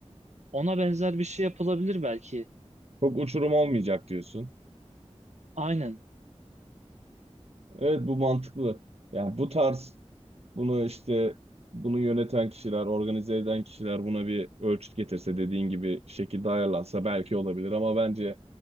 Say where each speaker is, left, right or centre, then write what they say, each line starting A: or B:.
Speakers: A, on the right; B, on the right.
A: Ona benzer bir şey yapılabilir belki.
B: Çok uçurum olmayacak diyorsun.
A: Aynen
B: Evet bu mantıklı. Yani bu tarz Bunu işte bunu yöneten kişiler, organize eden kişiler buna bir ölçüt getirse dediğin gibi şekilde ayarlansa belki olabilir ama bence